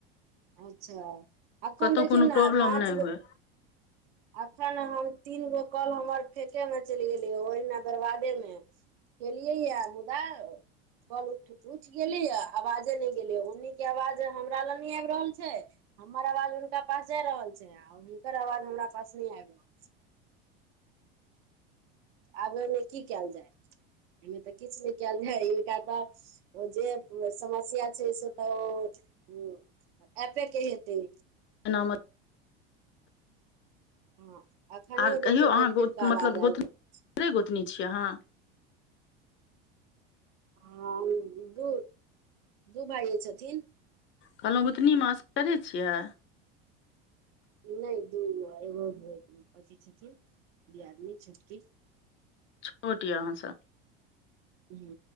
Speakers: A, on the right; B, on the left.
A: अच्छा एखन
B: कतहु
A: देखियौ
B: कोनो
A: नऽ
B: प्रॉब्लम
A: पाँच
B: नहि
A: गो
B: होय
A: अखन हम तीन गो कल हमर फेके में चलि गेलिय ओहिमे बरबादे मऽ केेलिय यऽ मुदा कॉल उठ उठि गेली आवाजे नहि गेलिय ओन्नी के आवाज हमरा लग नहि आबि रहल छै हमर आवाज हुनका पास जाय रहल छै हुनकर आवाज हमरा पास नहि आबि रहल छै। आब ओमे की कयल जाय। एहिमे तऽ किछ नऽ कयल जाय हिनका तऽ ओ जे समस्या। से तऽ ओ एपे कऽ हेतै।
B: एना मऽ
A: हँ अखनियो
B: आर कहियो
A: देखियौ
B: अहाँ
A: कटि
B: गो
A: कटि कऽ
B: मतलब
A: आवाज
B: <unintelligible> गोतनी
A: आबि रहल छै
B: छियै अहाँ।
A: हम दू दू भाइए छथिन
B: कहलहुँ गोतनी मऽ असगरे छियै
A: नहि दूगो एगो अथि छथिन दियादनी छोटकी
B: छोट यऽ आहाँस
A: हू